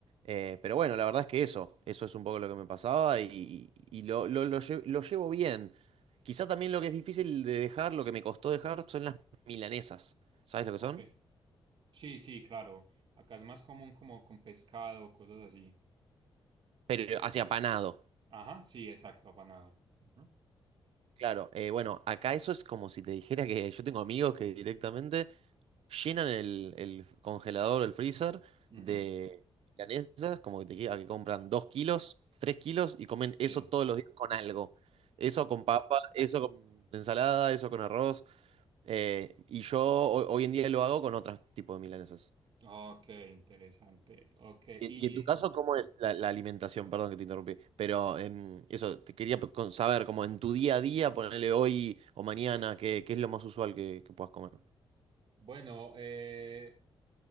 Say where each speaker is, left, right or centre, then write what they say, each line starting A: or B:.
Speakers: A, on the right; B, on the right.
A: Eh, pero bueno, la verdad es que eso, eso es un poco lo que me pasaba y, y lo, lo- lo lle- lo llevo bien. Quizá también lo que es difícil de dejar, lo que me costó dejar, son las milanesas. ¿Sabes lo que
B: ok.
A: son?
B: Sí, sí, claro. Acá es más común como con pescado, cosas así.
A: Pero hacia panado.
B: Ajá, sí, exacto, apanado. Ujú,
A: Claro, eh, bueno, acá eso es como si te dijera que yo tengo amigos que directamente llenan el, el congelador o el freezer
B: ujú,
A: de milanesas, como que te queda que compran dos kilos, tres kilos y comen eso
B: sí.
A: todos los días con algo. Eso con papa, eso con ensalada, eso con arroz. eh, y yo ho- hoy, en día lo hago con otros tipos de milanesas.
B: Ok, interesante. Ok,
A: Y,
B: y
A: y en tu caso, ¿cómo es la, la alimentación? Perdón que te interrumpí, pero em, eso, te quería p- con- saber, como en tu día a día, ponerle hoy o mañana, ¿qué, qué es lo más usual que, que puedas comer?
B: bueno, eh,